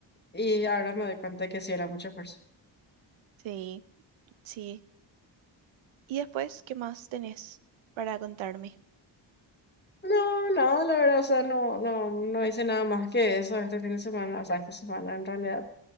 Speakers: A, on the left (about 20°); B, on the right (about 80°).
A: Y ahora me doy cuenta que sí era mucho esfuerzo.
B: Sí, sí. ¿Y después qué más tenés para contarme?
A: No, no, la verdad, o sea, no, no, no hice nada más que eso este fin de semana, o sea, esta semana en realidad.